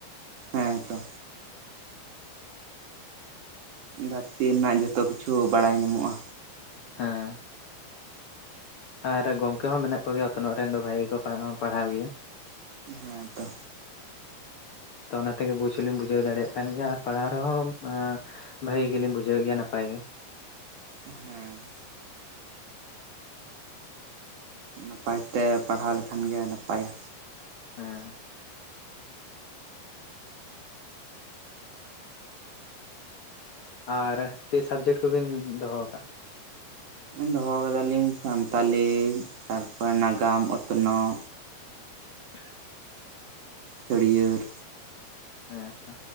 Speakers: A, on the right; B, on the left.
A: ᱦᱮᱸ ᱛᱚ ᱫᱷᱟᱹᱨᱛᱤ ᱨᱮᱱᱟᱜ ᱡᱷᱚᱛᱚ ᱠᱤᱪᱷᱩ ᱵᱟᱲᱟᱭ ᱧᱟᱢᱚᱜᱼᱟ
B: ᱦᱮᱸ ᱟᱨ ᱜᱚᱝᱠᱮ ᱦᱚᱸ ᱢᱮᱱᱟᱜ ᱠᱚ ᱜᱮᱭᱟ ᱚᱛᱱᱚᱜ ᱨᱮᱱ ᱫᱚ ᱵᱷᱟᱜᱮ ᱠᱚ ᱯᱟᱲᱦᱟᱣ ᱜᱮᱭᱟ
A: ᱦᱮᱸ ᱛᱚ
B: ᱛᱚ ᱚᱱᱟ ᱛᱮᱜᱮ ᱵᱩᱡᱽ ᱦᱚᱸᱞᱤᱧ ᱵᱩᱡᱷᱟᱹᱣ ᱫᱟᱲᱮᱜ ᱠᱟᱱ ᱜᱮᱭᱟ ᱟᱨ ᱯᱟᱲᱦᱟᱣ ᱨᱮᱦᱚᱸ ᱵᱷᱟᱜᱤ ᱜᱮᱞᱤᱧ ᱵᱩᱡᱷᱟᱹᱣ ᱜᱮᱭᱟ ᱱᱟᱯᱟᱭ ᱜᱮ
A: ᱦᱮᱸ ᱱᱟᱯᱟᱭ ᱛᱮ ᱯᱟᱲᱦᱟᱣ ᱞᱮᱠᱷᱟᱱ ᱜᱮ ᱱᱟᱯᱟᱭᱟ
B: ᱦᱮᱸ ᱟᱨ ᱪᱮᱫ ᱥᱟᱵᱽᱡᱮᱴ ᱠᱚᱵᱤᱱ ᱫᱚᱦᱚ ᱠᱟᱜᱼᱟ
A: ᱫᱚᱦᱚ ᱠᱟᱫᱟᱞᱤᱧ ᱥᱟᱱᱛᱟᱞᱤ ᱛᱟᱨᱯᱚᱨᱮ ᱱᱟᱜᱟᱢ ᱚᱛᱱᱚᱜ
B: <unintelligible>
A: ᱥᱟᱹᱲᱭᱟᱹᱨ
B: ᱦᱮᱸ ᱛᱚ